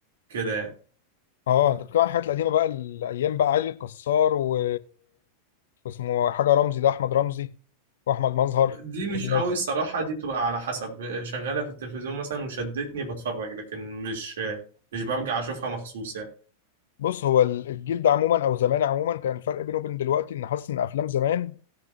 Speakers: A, on the right (about 60°); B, on the left (about 60°).
A: كده
B: اه انت بتتكلم عن الحاجات القديمه بقى الايام بقى علي الكسار و... واسمه حاجه رمزي ده احمد رمزي واحمد مظهر
A: دي مش
B: والناس.
A: قوي الصراحة دي بتبقى على حسب شغالة في التلفزيون مثلا وشدتني بتفرج لكن مش مش برجع أشوفها مخصوص يعني
B: بص هو ال- الجيل ده عموما او زمان عموما كان الفرق بينه وبين دلوقتي ان حاسس ان افلام زمان